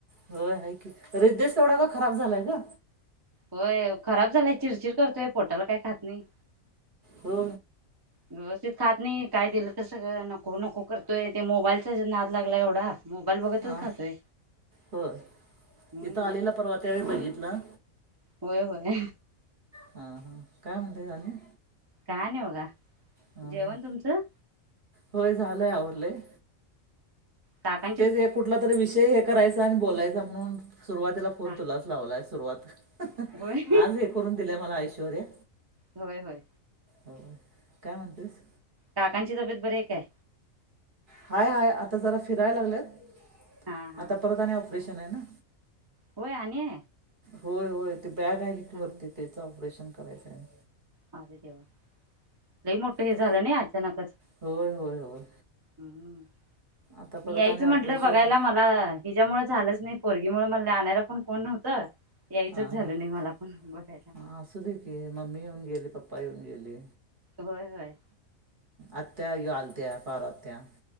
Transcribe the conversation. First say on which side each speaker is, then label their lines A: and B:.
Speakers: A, on the right; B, on the right.
A: होय आहे की रिदेश तेवढा का खराब झालाय का?
B: होय खराब झालाय चिरचिर करतोय पोटाला काय खात नाही.
A: हो.
B: व्यवस्थित खात नाही काय दिलं तर सगळं नको नको करतोय ते मोबाईलचा नाद लागला एवढा. मोबाईल बघतच
A: हा
B: खातोय
A: हो
B: हम्म
A: इथं आलेला परवा त्यावेेळी बघितलं.
B: होय होय.
A: हा हा काय म्हणतेय तणी
B: काय नाही बघा.
A: हा
B: जेवण
A: हा
B: तुमचं
A: होय झालंय आवडलंय.
B: ताट.
A: तेच कुठला तरी विषय हे करायचा आणि बोलायचा म्हणून सुरुवातीला फोन
B: हा
A: तुलाच लावलाय. सुरवात
B: होय
A: आज हे करून दि मला ऐश्वर्या
B: होय होय
A: हो काय म्हणतेस
B: काकांची तब्येत बरी काय?
A: हाय हाय आता जरा फिरायला लागलेत
B: हा हा
A: आता परत आणि ऑपरेशन आहे ना.
B: होय आणि
A: होय होय ते बॅग आहे की
B: हा
A: वरती त्याच ऑपरेशन करायचं आहे.
B: अरे देवा लई मोठं हे
A: तर
B: झालं नाही अचानकच
A: होय होय होय
B: हम्म.
A: आता
B: मी
A: परत
B: यायचं
A: आणि ऑपरेशन
B: म्हटलं बघायला मला हिच्यामुळे झालंच नाही पोरी मुळ मला आणायला पण कोण नव्हतं. यायचंच
A: हा
B: झालं
A: हाा
B: नाही मला पण बघायला
A: असू दे की मम्मी येऊन गेले पप्पा येऊन गेले.
B: होय होय.
A: आत्या यो आलत्या पारू आत्या